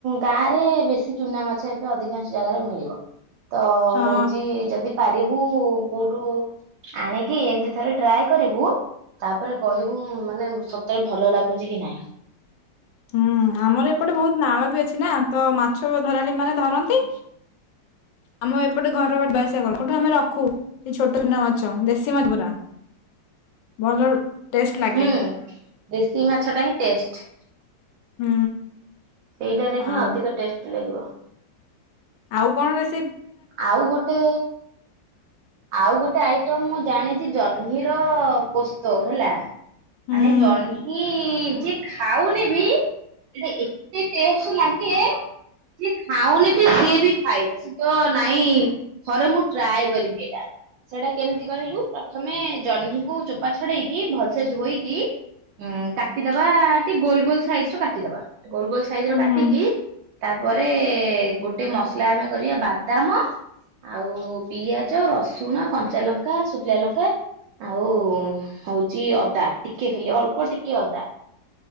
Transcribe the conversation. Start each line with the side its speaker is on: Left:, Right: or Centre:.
Right: ଗାଁରେ ବେଶୀ ଚୁନାମାଛ। ଅଧିକାଂଶ ଜାଗାରେ ମିଳିବ। ତ
Left: ହଁ
Right: ହଉଚି ଯଦି ପାରିବୁ କୋଉଠୁ ଆଣି କି ଏମିତି ଥରେ ଟ୍ରାଏ କରିବୁ। ତାପରେ କହିବୁ ମାନେ ସତରେ ଭଲ ଲାଗୁଛି କି ନାଇଁ।
Left: ହୁଁ ଆମର ଏପଟେ ବହୁତ ନାଳ ବି ଅଛି ନା ତ ମାଛଧରାଳି ମାନେ ଧରନ୍ତି। ଆମ ଏପଟେ ଘର ବାଟ <unintelligible> ଯୋଉଠୁ ଆମେ ରଖୁ। ସେ ଛୋଟ ଚୁନାମାଛ ଦେଶୀମାଛ ପା ଭଲ। ଟେଷ୍ଟ ଲାଗେ।
Right: ହୁଁ। ଦେଶୀ ମାଛଟା ହିଁ ଟେଷ୍ଟ
Left: ହୁଁ।
Right: ସେଇଟାରେ ହିଁ
Left: ଆଉ
Right: ଅଧିକ ଟେଷ୍ଟି ଲାଗିବ।
Left: ଆଉ କଣରେ
Right: ଆଉ ଗୋଟେ ଆଉ ଗୋଟେ ଆଇଟମ୍ ମୁଁ ଜାଣିଛି ଜହ୍ନିର ପୋସ୍ତ ହେଲା।
Left: ହୁଁ
Right: ମାନେ ଜହ୍ନି। ଯିଏ ଖାଉନି ବି ଏଟା ଏତେ ଟେଷ୍ଟ୍ ଲାଗେ। ସିଏ ଖାଉନି ବି ସିଏ ବି ଖାଇବ ସେ ଯୋଉ ନାଇଁ ଥରେ ମୁଁ ଟ୍ରାଏ କରିବି। ଯା ସେଇଟା କେମିତି କହିଲୁ ପ୍ରଥମେ ଜହ୍ନିକୁ ଚୋପା ଛଡେଇକି ଭଲସେ ଧୋଇକି ହୁଁ କାଟିଦବା ଟିକେ ଗୋଲ ଗୋଲ ସାଇଜ ର କାଟିଦବା। ଗୋଲ ଗୋଲ ସାଇଜି
Left: ହୁଁ
Right: ର କାଟିକି
Left: ହୁଁ
Right: ତାପରେ ଗୋଟେ ମସଲା ଆମେ କରିବା ବା ଦାମ ଆଉ ପିଆଜ, ରସୁଣ, କଞ୍ଚା ଲଙ୍କା, ଶୁଖିଲା ଲଙ୍କା। ଆଉ ହଉଚି ଅଦା ଟିକେ ଖାଲି ଅଳ୍ପ ଟିକେ ଅଦା।